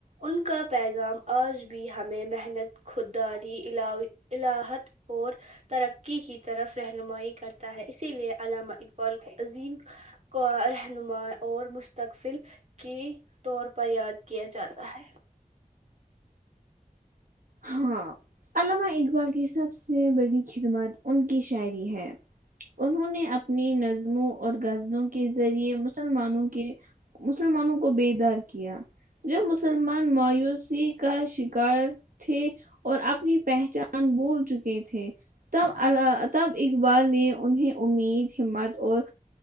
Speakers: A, on the right; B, on the right.
A: ان کا پیغام آج بھی ہمیں محنت خودداری ع الاحت اور ترقی کی طرف رہنمائی کرتا ہے اسی لیے علامہ اقبال کو عظیم کو رہنما اور مستقبل کی طور پر یاد کیا جاتا ہے
B: ہاں علامہ اقبال کی سب سے بڑی خدمت ان کی شاعری ہے انہوں نے اپنی نظموں اور غزلوں کے ذریعے مسلمانوں کے مسلمانوں کو بیدار کیا جو مسلمان مایوسی کا شکار تھے اور اپنی پہچان بول چکے تھے تب ال تب اقبال نے انہیں امید ہمت اور